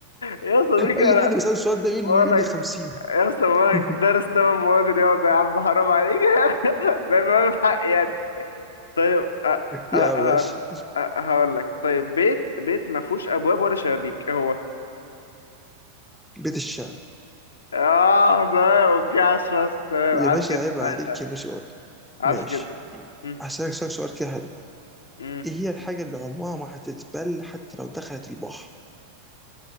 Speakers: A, on the left (about 70°); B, in the centre.
A: يا صديقي
B: اي
A: انا
B: حد بيسال السؤال ده يقول
A: بقولك
B: لي يقول لي 50
A: يا اسطى بقولك
B: <laughs>
A: دارس تمام مواد رياضة يا عم حرام عليك <laughs> ده ما حق يعني طيب أ-
B: يا
A: أ-
B: باشا
A: هقول أ- هقول لك طيب بيت بيت ما فيهوش ابواب ولا شبابيك إيه هو
B: بيت الشعر
A: اه تمام اوكي عاش فشخ تمام
B: يا
A: عاش
B: باشا
A: جدا
B: عيب عليك
A: عاش عاش
B: يا باشا قط.
A: عاش
B: ماشي
A: جدا مم،
B: هسألك سؤال سؤال كده حلو
A: مم.
B: ايه هي الحاجه اللي عمرها ما هتتبل حتى لو دخلت البحر